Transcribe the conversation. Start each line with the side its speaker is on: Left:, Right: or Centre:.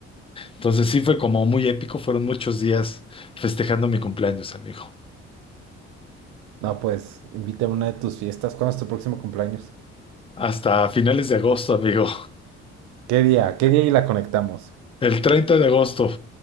Left: Entonces sí fue como muy épico, fueron muchos días festejando mi cumpleaños, amigo.
Right: No, pues invítame a una de tus fiestas. ¿Cuándo es tu próximo cumpleaños?
Left: Hasta finales de agosto, amigo.
Right: ¿Qué día? ¿Qué día y la conectamos?
Left: <laughs> El 30 de agosto.